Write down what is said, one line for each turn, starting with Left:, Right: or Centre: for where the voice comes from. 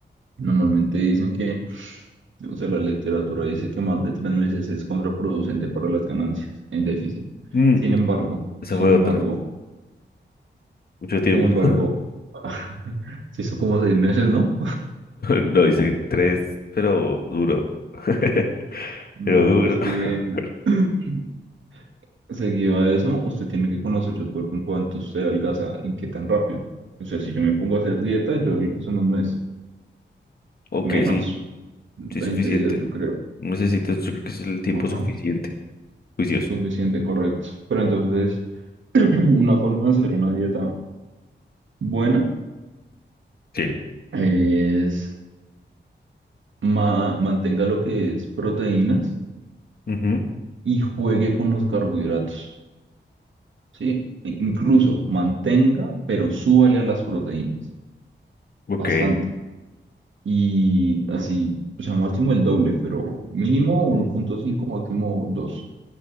Right: normalmente dicen que, o sea, la literatura dice que más de tres meses es contraproducente para las ganancias en déficit.
Left: Mm,
Right: Sin embargo,
Left: esa
Right: sin
Left: fue
Right: embargo,
Left: otra. Mucho tiempo.
Right: Sin embargo,
Left: <laughs>
Right: <laughs> se hizo como seis meses, ¿no?
Left: No, hice tres, pero duro. <laughs>
Right: No,
Left: Pero duro.
Right: es que
Left: <laughs>
Right: <clears throat> seguido a eso, usted tiene que conocer su cuerpo en cuanto usted adelgaza y qué tan rápido. O sea, si
Left: Ujú.
Right: yo me pongo a hacer dieta, yo adelgazo en un mes,
Left: Ok,
Right: menos,
Left: sí,
Right: veinte
Left: sí, suficiente.
Right: días, yo creo.
Left: No Necesitas, yo creo que es el tiempo
Right: Ajá,
Left: suficiente. Juicioso.
Right: suficiente, correcto. Pero entonces, <clears throat> una forma de hacer una dieta buena
Left: Sí.
Right: es ma- mantenga lo que es proteínas
Left: Ujú.
Right: y juegue con los carbohidratos. ¿sí? E- Incluso mantenga, pero súbale a las proteínas,
Left: Ok.
Right: bastante. Y así, o sea, máximo el doble, pero mínimo uno
Left: Mm.
Right: punto cinco máximo 2